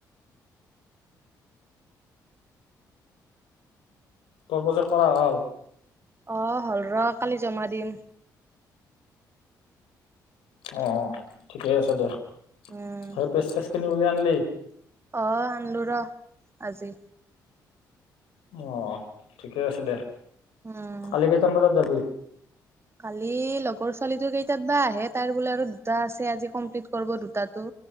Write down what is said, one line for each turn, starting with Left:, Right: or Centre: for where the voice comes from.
Left: তোৰ প্ৰজেক্ট কৰা হ'ল?
Right: অ হ'ল ৰ, কালি জমা দিম।
Left: অ, ঠিকেই আছে দে।
Right: উম।
Left: সেই <unintelligible> উলিয়াই আনিলি।
Right: অ আনলো ৰ, আজি।
Left: অ ঠিকে আছে দে
Right: উম
Left: কালি কেইটামান বজাত যাবি?
Right: কালি লগৰ ছোৱালীটো কেইটাত বা আহে তাইৰ বোলে আৰু দুটা আছে আজি কমপ্লিট কৰিব আজি দুটাটো।